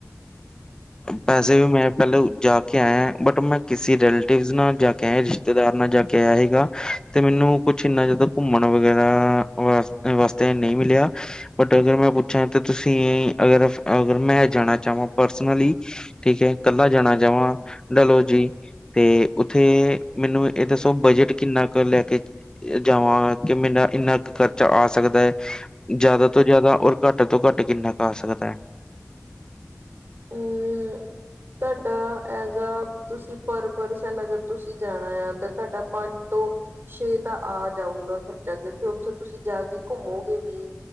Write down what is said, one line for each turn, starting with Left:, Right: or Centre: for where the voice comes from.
Left: ਪੈਸੇ ਵੀ ਮੈਂ ਪਹਿਲਾਂ ਜਾ ਕੇ ਆਇਆ ਬਟ ਮੈਂ ਕਿਸੇ ਰਲੇਟਿਵ ਨਾਲ ਜਾ ਕੇ ਆਇਆ ਰਿਸ਼ਤੇਦਾਰ ਨਾਲ ਜਾ ਕੇ ਆਇਆ ਸੀਗਾ। ਤੇ ਮੈਨੂੰ ਕੁਛ ਇੰਨਾ ਜ਼ਿਆਦਾ ਘੁੰਮਣ ਵਗੈਰਾ ਵਾ ਵਾਸਤੇ ਨਹੀਂ ਮਿਲਿਆ, ਬਟ ਅਗਰ ਮੈਂ ਪੁੱਛਾਂ ਤੁਸੀਂ ਅਗਰ ਅਗਰ ਮੈਂ ਜਾਣਾ ਚਾਹਵਾਂ ਪਰਸ ਸਲੀ ਠੀਕ ਹੈ ਇਕੱਲਾ ਜਾਣਾ ਚਾਹਵਾਂ ਡਲੋਜੀ, ਤੇ ਉੱਥੇ ਮੈਨੂੰ ਇਹ ਦੱਸੋ ਬਜਟ ਕਿੰਨਾ ਕੁ ਲੈ ਕੇ ਜਾਵਾਂ ਕਿ ਮੇਰਾ ਇੰਨਾ ਕੁ ਖਰਚਾ ਆ ਸਕਦਾ ਹੈ, ਜ਼ਿਆਦਾ ਤੋਂ ਜ਼ਿਆਦਾ ਔਰ, ਘੱਟ ਤੋਂ ਘੱਟ ਕਿੰਨਾ ਆ‌ ਸਕਦਾ ਹੈ।
Right: ਹਾਂ। ਤੁਹਾਡਾ ਐਜ ਆ ਤੁਸੀਂ ਪਰਪਸਨ ਨਗਰ ਤੁਸੀਂ ਜਾਣਾ ਆ ਤਾਂ ਤੁਹਾਡਾ ਪੰਜ ਤੋਂ, ਛੇ ਤਾਂ ਆ ਜਾਊਗਾ ਖਰਚਾ ਕਿਉਂਕਿ ਉੱਥੇ ਤੁਸੀਂ ਜਾ ਕੇ ਘੁੰਮੋਗੇ ਵੀ।